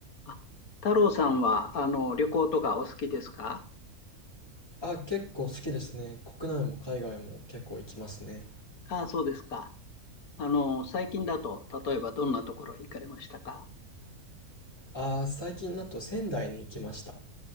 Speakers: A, on the left; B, on the left.
A: あ太郎さんは、あの、旅行とかお好きですか
B: あ、結構好きですね。国内も海外も結構行きますね。
A: ああ、そうですか。あの、最近だと、例えばどんなところへ行かれましたか
B: あ最近だと仙台に行きました。